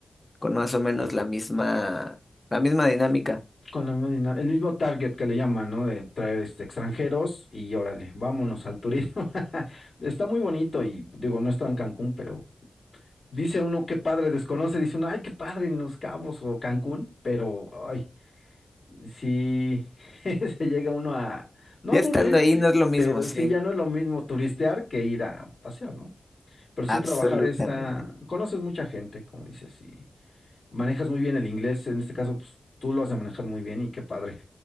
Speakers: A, on the left; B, on the left.
A: con más o menos la misma, la misma dinámica.
B: Con la misma dinámica, el mismo target que le llaman, ¿no? De traer este, extranjeros y órale, vámonos al turismo. <laughs> Está muy bonito y digo, no he estado en Cancún, pero dice uno qué padre desconoce, dice uno, ay, qué padre en Los Cabos o Cancún, pero ay, sí <laughs> se llega uno a no
A: Ya
B: aburrir,
A: Ah, estando ahí sí. no es lo mismo,
B: pero
A: sí.
B: sí ya no es lo mismo turistear que ir a pasear, ¿no? Pero sí
A: Absolutamente.
B: trabajar está, conoces mucha gente, como dices, y manejas muy bien el inglés, en este caso, pues tú lo has de manejar muy bien y qué padre.